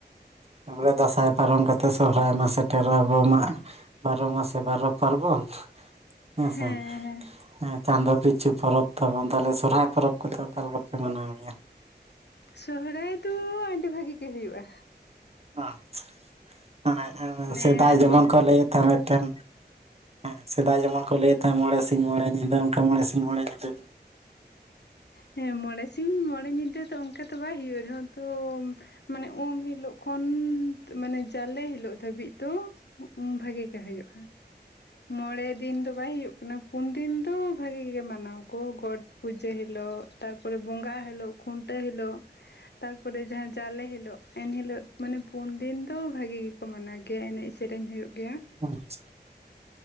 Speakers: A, on the right; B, on the left.
A: ᱛᱟᱯᱚᱨᱮ ᱫᱟᱸᱥᱟᱭ ᱯᱟᱨᱚᱢ ᱠᱟᱛᱮᱜ ᱥᱚᱦᱚᱨᱟᱭ ᱢᱟ ᱥᱮᱴᱮᱨᱚᱜᱼᱟ ᱾ ᱟᱵᱚ ᱢᱟ ᱵᱟᱨᱚ ᱢᱟᱥᱮ ᱵᱟᱨᱚ ᱯᱟᱨᱵᱚᱱ ᱦᱮᱸᱥᱮ
B: ᱦᱮᱸ ᱦᱮᱸ
A: ᱦᱮᱸ ᱪᱟᱸᱫᱚ ᱯᱤᱪᱷᱩ ᱯᱚᱨᱚᱵᱽ ᱛᱟᱵᱚᱱ ᱾ ᱛᱟᱦᱚᱞᱮ ᱥᱚᱨᱦᱟᱭ ᱯᱚᱨᱚᱵᱽ ᱠᱚᱫᱚ ᱚᱠᱟ ᱞᱮᱠᱟ ᱯᱮ ᱢᱟᱱᱟᱣ ᱜᱮᱭᱟ?
B: ᱥᱚᱦᱚᱨᱟᱭ ᱫᱚ ᱟᱹᱰᱤ ᱵᱷᱟᱹᱜᱤ ᱜᱮ ᱦᱩᱭᱩᱜᱼᱟ ᱾
A: ᱟᱪᱪᱷᱟ ᱦᱟᱱᱮ
B: ᱢᱟᱱᱮ
A: ᱥᱮᱫᱟᱭ ᱡᱮᱢᱚᱱ ᱠᱚ ᱞᱟᱹᱭᱮᱫ ᱛᱟᱦᱮᱸ ᱢᱤᱫᱴᱮᱱ ᱦᱮᱸ ᱥᱮᱫᱟᱭ ᱡᱮᱢᱚᱱ ᱠᱚ ᱞᱟᱹᱭᱮᱜ ᱛᱟᱦᱮᱸ ᱢᱚᱬᱮ ᱥᱤᱧ ᱢᱚᱬᱮ ᱧᱤᱫᱟᱹ ᱚᱱᱠᱟ ᱢᱚᱬᱮ ᱥᱤᱧ ᱢᱚᱬᱮ ᱧᱤᱫᱟᱹ
B: ᱦᱮᱸ ᱢᱚᱬᱮ ᱥᱤᱧ ᱢᱚᱲᱮ ᱧᱤᱫᱟᱹ ᱛᱚ ᱚᱱᱠᱟ ᱛᱚ ᱵᱟᱭ ᱦᱩᱭᱩᱜ ᱨᱮᱦᱚᱸ ᱛᱚ ᱢᱟᱱᱮ ᱩᱢ ᱦᱤᱞᱳᱜ ᱠᱷᱚᱱ ᱢᱟᱱᱮ ᱡᱟᱞᱮ ᱦᱤᱞᱳᱜ ᱫᱷᱟᱹᱵᱤᱡ ᱫᱚ ᱵᱷᱟᱹᱜᱤ ᱜᱮ ᱦᱩᱭᱩᱜᱼᱟ, ᱢᱚᱬᱮ ᱫᱤᱱ ᱫᱚ ᱵᱟᱭ ᱦᱩᱭᱩᱜ ᱚᱱᱟ ᱯᱩᱱ ᱫᱤᱱ ᱫᱚ ᱵᱷᱟᱹᱜᱤ ᱜᱮ ᱢᱟᱱᱟᱣ ᱟᱠᱚ ᱜᱚᱴ ᱯᱩᱡᱟᱹ ᱦᱤᱞᱳᱜ ᱛᱟᱨᱯᱚᱨᱮ ᱵᱚᱸᱜᱟᱜ ᱦᱤᱞᱳᱜ ᱾ ᱠᱷᱩᱱᱴᱟᱹᱣ ᱦᱤᱞᱳᱜ ᱛᱟᱨᱯᱚᱨᱮ ᱡᱟᱦᱟᱸ ᱡᱟᱞᱮ ᱦᱤᱞᱳᱜ ᱮᱱᱦᱤᱞᱳᱜ ᱢᱟᱱᱮ ᱯᱩᱱ ᱫᱤᱱ ᱫᱚ ᱵᱷᱟᱹᱜᱤ ᱜᱮ ᱾ ᱠᱚ ᱢᱟᱱᱟᱣ ᱜᱮᱭᱟ ᱮᱱᱮᱡ ᱥᱮᱨᱮᱧ ᱦᱩᱭᱩᱜ ᱜᱮᱭᱟ ᱾
A: ᱟᱸᱪᱪᱷᱟ